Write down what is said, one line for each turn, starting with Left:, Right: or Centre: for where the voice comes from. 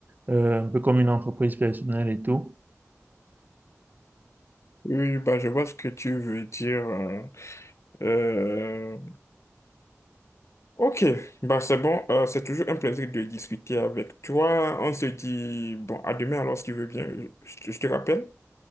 Right: euh, un peu comme une entreprise personnelle et tout.
Left: Oui, bah, je vois ce que tu veux dire. hein. Euh, ok, bah, c'est bon. Euh, c'est toujours un plaisir de discuter avec toi. On se dit, bon, à demain alors, si tu veux bien. Je, je te rappelle.